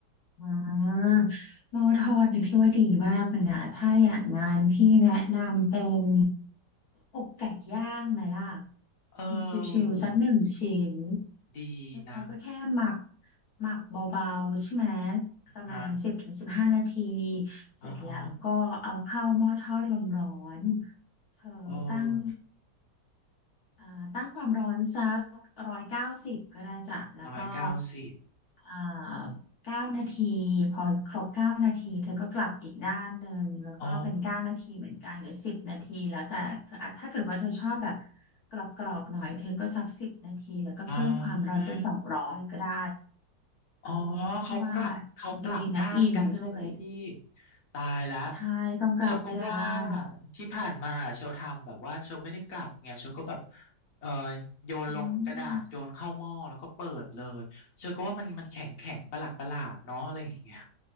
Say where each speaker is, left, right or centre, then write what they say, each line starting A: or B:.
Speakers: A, on the left (about 60°); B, on the left (about 40°).
A: อ่าหม้อทอดนี่พี่ว่าดีมากเลยนะถ้าอยากงานพี่แนะนำเป็นอกไก่ย่างไหมล่ะ
B: เอ
A: กินชิวๆสักหนึ่งชิ้น
B: อดีนะ
A: เราก็แค่หมักหมักเบาๆใช่ไหมประมาณสิบถึงสิบห้านาที
B: ฮะ
A: เสร็จแล้วก็เอาเข้าหม้อทอดลมร้อน
B: อ๋อฮะ
A: เธอตั้ง
B: โอ้
A: อ่าตั้งความร้อนสักร้อยเก้าสิบก็ได้จ้ะแล้วก็
B: ร้อยเก้าสิบ
A: อ่าเก้านาทีพอครบเก้านาทีเธอก็กลับอีกด้านหนึ่งแล้วก็เป็นเก้านาทีเหมือนกันหรือสิบนาทีแล้วแต่เธออาจถ้าเกิดว่าเธอชอบแบบ
B: อ๋อ
A: กรอบๆหน่อยเธอก็สักสิบนาทีแล้วก็เพิ่มความร้อนเป็นสองร้อยก็ได้
B: อ่า
A: เออพี่ว่า
B: อ๋อเขากลับเขากลับด้านกันใช่ไหมพี่
A: ดีนะอิ่มเลย
B: ตายละ
A: ใช่ต้องกลับด้าน
B: เชลก็ว่าที่ผ่านมาเชลทำแบบว่าเชลไม่ได้กลับไงเชลก็แบบเออโยนลงกระดาษโยนเข้าหม้อแล้วก็เปิดเลยเชลก็ว่ามันมันแข็งแข็งประหลาดประหลาดเนาะอะไรอย่างเงี้ย
A: อืม